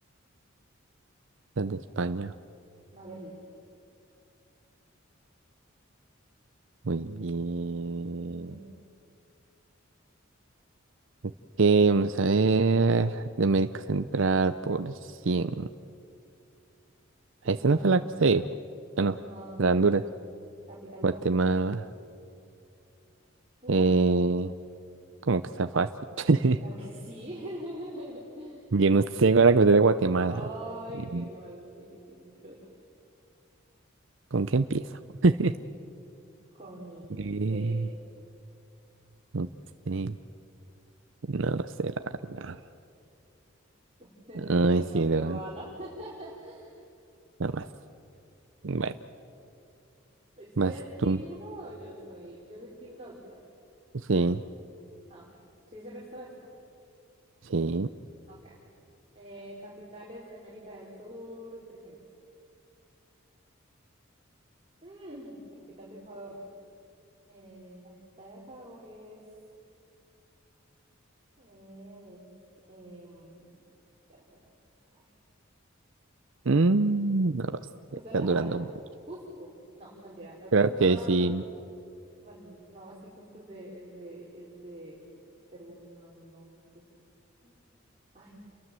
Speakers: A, on the right; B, on the right.
A: Las de España.
B: Madrid.
A: Muy bien.
B: <laughs>
A: Ok, vamos a ver. De América Central por cien
B: Uh,
A: Ah, Esa
B: la
A: no fue la
B: ca-
A: que usted dijo. Ah,
B: No,
A: no. La de Honduras.
B: la ca- capital
A: Guatemala.
B: de Guatemala. No está
A: Eh,
B: fácil.
A: como que está fácil. <laughs>
B: Claro que sí. <laughs>
A: Yo no sé cuál es la capital de Guatemala.
B: Ay,
A: Eh,
B: qué mal le dicen geografía.
A: ¿Con qué empieza? <laughs>
B: Con
A: Eh,
B: C,
A: no sé. No lo sé, la verdad.
B: <laughs>
A: Ay,
B: Ciudad de
A: sí,
B: Guatemala.
A: no
B: <laughs>
A: Nada más. Bueno,
B: ¿Usted
A: vas
B: es Team
A: tú.
B: uno o yo soy? Yo soy Team dos ¿verdad?
A: Sí,
B: Ah, ok. Sí, se restó esta.
A: sí.
B: Ok. Eh, capitales de América del Sur, trescientos Mm, capital de Ecuador. Eh, la capital de Ecuador es... es em, espérate para pensar.
A: Mm, no lo sé,
B: ¿Usted
A: está
B: la
A: durando
B: sabe?
A: mucho.
B: Cusco. No, mentira. Eh,
A: Creo
B: No,
A: que
B: no,
A: sí.
B: no, no. Bueno, no, es que Cusco es de, es de, es de Perú. No, no, no, no es Cusco. Ay,